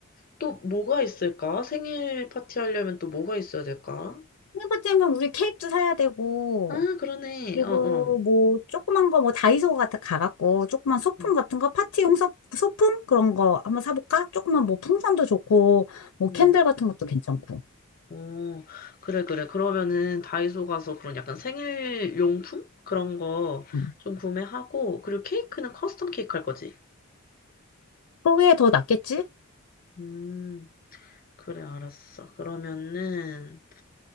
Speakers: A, on the left; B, on the left.
A: 또 뭐가 있을까? 생일 파티 하려면 또 뭐가 있어야 될까?
B: 생일 파티하면 우리 케이크도 사야 되고,
A: 아, 그러네.
B: 그리고
A: 어, 어.
B: 뭐, 조그만 거, 뭐, 다이소 같은 거 가갖고, 조그만 소품
A: 응.
B: 같은 거, 파티용 소, 소품? 그런 거 한번 사볼까? 조그만 뭐, 풍선도 좋고, 뭐,
A: 응
B: 캔들 같은 것도 괜찮고.
A: 어, 그래, 그래. 그러면은 다이소 가서 그런 약간 생일 용품? 그런 거
B: 응.
A: 좀 구매하고, 그리고 케이크는 커스텀 케이크 할 거지.
B: 그게 더 낫겠지?
A: 음. 그래, 알았어. 그러면은,